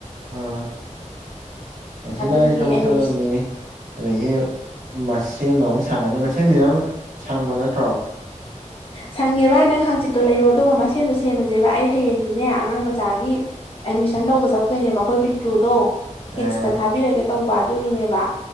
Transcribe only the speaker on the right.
ꯑꯥ ꯍꯪꯆꯤꯠꯅ
ꯑꯩ ꯊꯕꯛ
ꯆꯠꯂꯅꯤ ꯑꯗꯒꯤ ꯃꯁꯦꯝꯗ ꯑꯃꯨꯛ ꯁꯪꯉꯅꯤ ꯃꯁꯦꯝꯗꯤ ꯅꯪ ꯁꯪꯕ ꯅꯠꯇ꯭ꯔꯣ <inaudible>
ꯑꯥ